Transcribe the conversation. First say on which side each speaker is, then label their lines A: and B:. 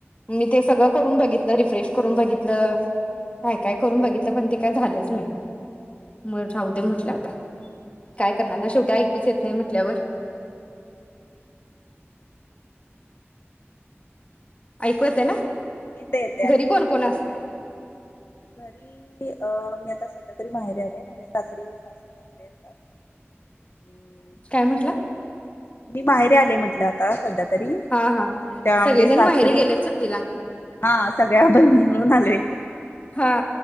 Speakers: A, on the left (about 30°); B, on the left (about 55°).
A: मी ते सगळं करून बघि् रिफ्रेश करून बघितलं काय काय करून बघितलं पण ते काय झालंच नाही मग राहू दे म्हटलं आता काय करणार ना शेवटी ऐकूच येत नाही म्हंटल्यावर. <inaudible> ऐकू येत ना
B: येत येते ऐकू
A: घरी कोण कोण असतंय?
B: घरी अ मी आता सध्या तरी माहेर आलेय माझ्या सासरी सासू सासरे असतात अ्
A: काय म्हटलं
B: मी बाहेरे आलेय म्हटलं आता सध्या तरी
A: हा हा
B: आमच्या
A: सगळेजण
B: म्हणजे सासरी
A: माहेरी गेलेत सुट्टीला.
B: हा सगळ्या बहिणी मिळून आल्या <unintelligible>
A: हा